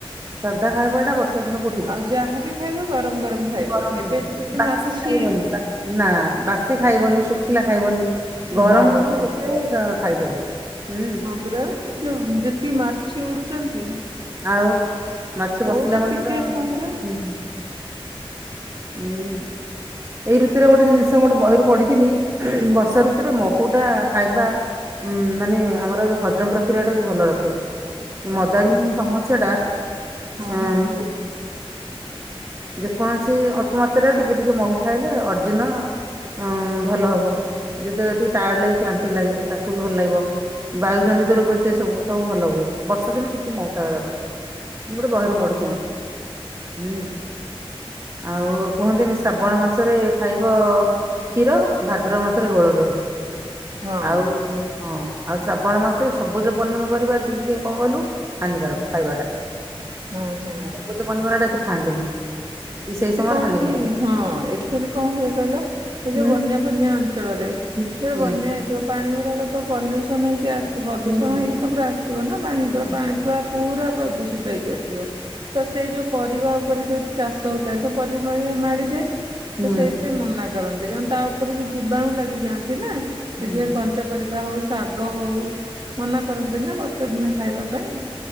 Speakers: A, on the right; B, on the right.
A: ସାଧା ଖାଇବା ଟା ବର୍ଷା ଦିନକୁ ଠିକ୍।
B: ଆଉ ଯାହାବି ଖାଇବ ଗରମ ଗରମ ଖାଇବ
A: ଗରମ
B: ଏବେ
A: ଦିନ
B: ଯେ କେତେ
A: ବାସି
B: ମାଛି
A: ଖାଇବନି ଵା ନା ବାସି ଖାଇବନି ଶୁଖିଲା ଖାଇବନି। ଗରମ
B: ହଁ
A: ଗରମ
B: ହଁ।
A: ଯେତେ ଖାଇ ପାରିବ ହୁଁ।
B: ହଁ ପରା ଯୋଉ ଯେତିକି ମାଛି ଉଡୁଛନ୍ତି।
A: ଆଉ ମାଛ
B: କୋଉଠି
A: ପଶିଲା ମାନେ
B: ଟିକେ
A: ତ
B: ହଁ ପରା
A: ହୁଁ। ହୁଁ। ଏଇ ଋତୁରେ ଗୋଟେ ଜିନିଷ ଗୋଟେ ବହିରୁ ପଢିଥିଲି ବର୍ଷା ଋତୁରେ ମହୁ ଟା ଖାଇବା ଉଁ ମାନେ ଆମର ଯୋଉ ହଜମ ପ୍ରକ୍ରିୟା ଟାକୁ ଭଲ ରଖେ। ମଦାଙ୍ଗ
B: ଆଚ୍ଛା
A: ସମସ୍ୟା ଟା
B: ହଁ
A: ହୁଁ।
B: ହଁ ହଁ
A: ଯେକୌଣସି ଅଳ୍ପ ମାତ୍ରାରେ ଟିକେ ଟିକେ ମହୁ ଖାଇଲେ ଅର୍ଜିଁନ ହଁ ଭଲ ହବ ଯେତେବେଳେ ଟିକେ ଟାୟାର୍ଡ ଲାଗେ କ୍ଳାନ୍ତି ଲାଗେ ତାକୁ ବି ଭଲ ଲାଗିବ। ବାୟୁ ଜନିତ ରୋଗ ଯେତେ ସବୁ ସବୁ ଭଲ ହୁଏ ବର୍ଷା ଦିନେ ଟିକେ ମହୁ ଖାଇବା ଦରକାର। ମୁଁ ଗୋଟେ ବହିରୁ
B: ହଁ
A: ପଢ଼ି ଥିଲି
B: ହଁ
A: ହୁଁ। ଆଉ କୁହନ୍ତିନି ଶ୍ରାବଣ ମାସରେ ଖାଇବ କ୍ଷୀର ଭାଦ୍ରବ ମାସରେ ଘୋଳ ଦହି
B: ହଁ
A: ଆଉ ହଁ। ଆଉ ଶ୍ରାବଣ ମାସରେ ସବୁଜ ପନିପରିବା ବି କଣ କହିଲୁ ହାନି କାରକ ଖାଇବା ଟା।
B: ହଁ ହୁଁ।
A: ସବୁଜ ପନିପରିବା ଟା ଏତେ ଖାଆନ୍ତିନି। ସେଇ
B: ସେ
A: ସମୟରେ
B: କଣ
A: ହାନିକାରକ।
B: କି ହଁ ଏଚୁଆଲି କଣ ହୁଏ କହିଲା ଏ
A: ହୁଁ
B: ଯୋଉ ବନ୍ୟା ଫନ୍ୟା ଅଞ୍ଚଳରେ।
A: ହୁଁ
B: ଯୋଉ
A: ହୁଁ।
B: ବନ୍ୟା। ପାଣି ଗୁଡ଼ାକ ତ ପଲ୍ୟୁସନ୍ ହେଇକି ଆସିଥିବ ପ୍ରଦୂଷଣ
A: ହୁଁ ହୁଁ
B: ହେଇକି ତ ପୁରା ଆସିଥିବ ନା ପାଣି
A: ହୁଁ।
B: ପୁରା ପାଣି ପୁରା ପୁରା ପ୍ରଦୂଷିତ ହେଇକି ଆସିଥିବ ତ ସେଇ ଯୋଉ ପରିବା ଉପରେ ଯୋଉ ଚାଷ ଯୋଉ ଚାଷ ପରିବା ମାଡ଼ିଯାଏ
A: ହୁଁ
B: ତ ସେଇଥି ପାଇଁ ମନା କରେ। କରନ୍ତି କାରଣ ତା ଉପରେ ବି ଜୀବାଣୁ ଲାଗିଯାଆନ୍ତି ନା ସେଥିପାଇଁ
A: ହୁଁ
B: କଞ୍ଚା ସବୁଜ ପରିବା ହଉ ଶାଗ ହଉ ମନା କରନ୍ତି ନା ବର୍ଷା ଦିନ ଖାଇବା ପାଇଁ